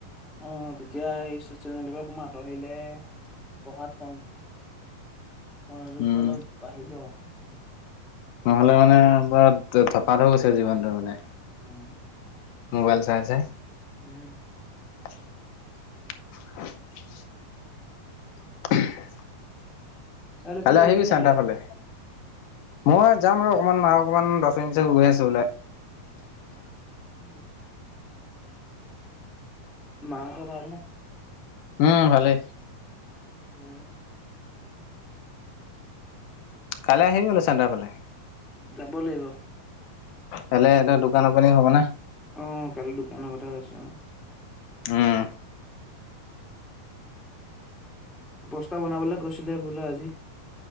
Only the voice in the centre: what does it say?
অ' তেতিয়া এই চচিয়েল নেটৱৰ্ক আঁতৰিলে পঢ়াত মন মনোযোগটো
অলপ বাঢ়িব।
উম।
উম।
চাৰিআলিফালে
যাবি নি
ওলাই?
উম। মাহঁতৰ ভাল নে?
উম,
যাব লাগিব।
অহ, কালি দোকানৰ কথা কৈছো।
পোষ্টাৰ বনাবলে কৈছিলে বোলো আজি।